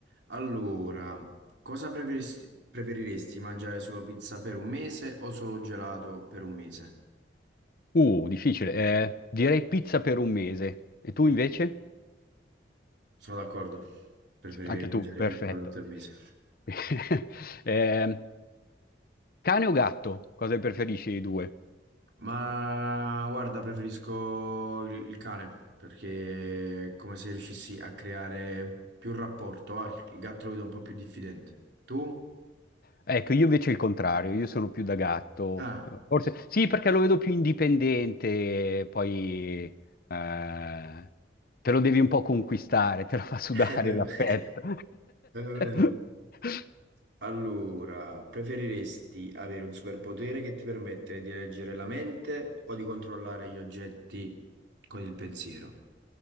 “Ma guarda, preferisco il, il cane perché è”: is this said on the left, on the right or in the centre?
Right